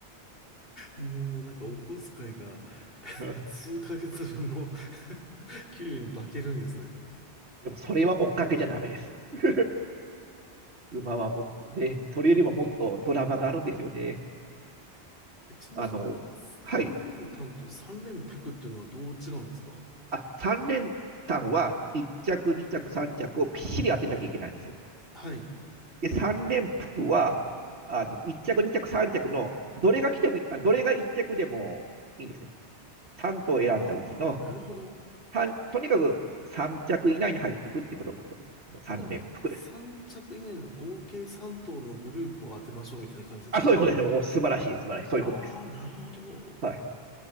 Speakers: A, on the left; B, on the right.
A: ど。もうなんかお小遣いが
B: で
A: 数ヶ月分の <laughs> 給料に化けるんですね。
B: もそれは追っかけちゃダメです。<laughs> 馬はもっとね、それよりももっとドラマがあるんですよね。
A: えちなみにその、
B: あの、
A: 三連単と三連複っていうのはどう違うんですか
B: はい。あ、3連単は1着、2着、3着をぴっしり当てなきゃいけないんですよ。
A: はい。
B: で、3連服は、あの、1着、2着、3着の、どれが来てもいい、あどれが1着でもいいんですよ。さん頭選んだうちの、
A: ああ、なるほど。
B: 三とにかく3着以内に入っておくっていうことがそうです。三連服です。
A: じゃあ、三着以内の合計三頭のグループを当てましょうみたいな感じですか
B: あ、そういうことです。お素晴らしい、素晴らしい。そういうことです。
A: ああー、なるほど。
B: はい。